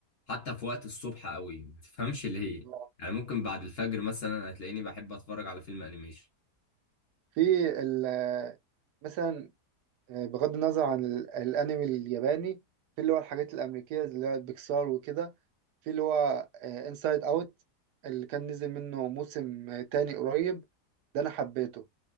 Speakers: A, on the left (about 45°); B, on the right (about 80°).
A: حتى في وقت الصبح قوي ما تفهمش ليه
B: آه،
A: يعني ممكن بعد الفجر مثلا هتلاقيني بحب اتفرج على فيلم انيميشن
B: في ال مثلا آه، بغض النظر عن ال- الانمي الياباني في اللي هو الحاجات الامريكيه اللي هو بيكسار وكده في اللي هو انسايد اوت اللي كان نزل منه موسم آه، تاني قريب ده انا حبيته